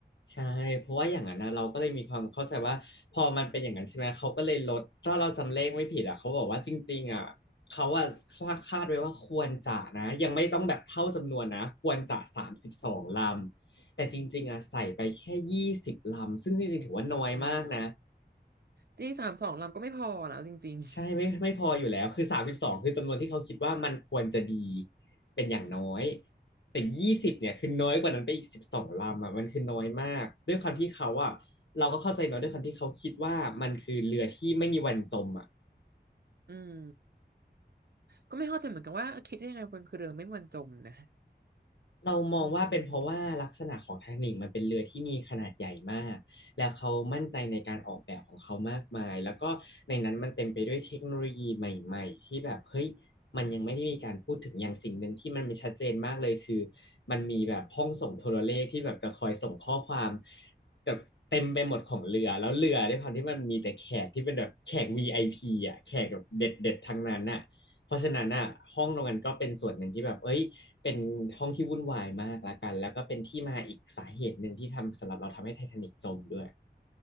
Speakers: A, on the left; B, on the right.
A: ใช่เพราะว่าอย่างนั้นนะเราก็เลยมีความเข้าใจว่าพอมันเป็นอย่างนั้นใช่ไหมเขาก็เลยลดถ้าเราจำเลขไม่ผิดอ่ะเขาบอกว่าจริงๆอ่ะเขาอ่ะคาดคาดไว้ว่าควรจะนะยังไม่ต้องแบบเท่าจำนวนนะควรจะสามสิบสองลำแต่จริงๆอ่ะใส่ไปแค่ยี่สิบลำซึ่งจริงๆถือว่าน้อยมากนะ
B: อืมจริงสามสองลำก็ไม่พอนะเอาจริง
A: ใช่ไม่ไม่พออยู่แล้วคือสามสิบสองคือจำนวนที่เขาคิดว่ามันควรจะดีเป็นอย่างน้อยแต่ยี่สิบเนี่ยคือน้อยกว่านั้นไปอีกสิบสองลำอ่ะมันคือน้อยมากด้วยความที่เขาอ่ะเราก็เข้าใจเนาะด้วยความที่เขาคิดว่ามันคือเรือที่ไม่มีวันจมอ่ะ
B: ๆอืมก็ไม่เข้าใจเหมือนกันว่าคิดได้ยังไงบนคือเรือไม่มันจมนะ
A: เรามองว่าเป็นเพราะว่าลักษณะของไททานิคมันเป็นเรือที่มีขนาดใหญ่มากแล้วเขามั่นใจในการออกแบบของเขามากมายแล้วก็ในนั้นมันเต็มไปด้วยเทคโนโลยีใหม่ๆที่แบบเฮ้ย
B: อืม
A: มันยังไม่ได้มีการพูดถึงอย่างสิ่งหนึ่งที่มันเป็นชัดเจนมากเลยคือมันมีแบบห้องส่งโทรเลขที่แบบจะคอยส่งข้อความแบบเต็มไปหมดของเรือแล้วเรือด้วยความที่มันมีแต่แขกที่เป็นแบบแขกวีไอพีอ่ะแขกแบบเด็ดๆทั้งนั้นน่ะเพราะฉะนั้นอ่ะห้องตรงนั้นก็เป็นส่วนหนึ่งที่แบบเอ้ย เป็นห้องที่วุ่นวายมากละกันแล้วก็เป็นที่มาอีกสาเหตุหนึ่งที่ทำสำหรับเราทำให้ไททานิกจมด้วย